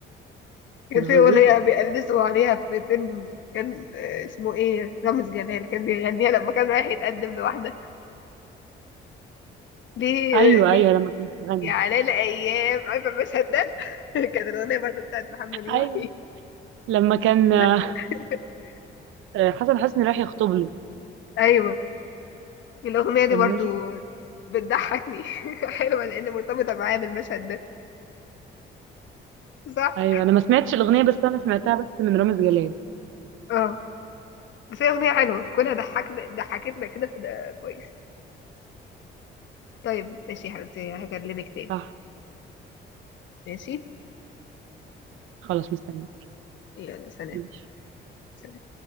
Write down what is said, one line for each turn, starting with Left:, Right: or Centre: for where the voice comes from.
Left: كان
Right: ده
Left: في
Right: فظيع
Left: أغنية بيقلدوا عليها في فيلم كان آه، اسمه إيه رامز جلال كان بيغنيها لما كان رايح يتقدم لواحدة <laughs> ليه
Right: ايوه
Left: ليه
Right: ايوه لما كان بيغني
Left: يا على الأيام عارفة المشهد ده <laughs> كانت الأغنية برضه بتاعت محمد يوحي
Right: ايوه لما كان آه،
Left: <laughs>
Right: حسن حسني راح يخطب له
Left: أيوه الأغنية دي
Right: كان
Left: برضو
Right: نجم
Left: بتضحكني <laughs> حلوة لأن مرتبطة معايا بالمشهد ده صح؟
Right: ايوه انا ما سمعتش الاغنيه بس انا سمعتها بس من رامز جلال
Left: اه بس هي أغنية حلوة كونها ضحكنا ضحكتنا كده فده كويس طيب ماشي يا حبيبتي هكلمك تاني
Right: صح
Left: ماشي
Right: خلاص مستني
Left: يلا سلام
Right: ماشي
Left: سلام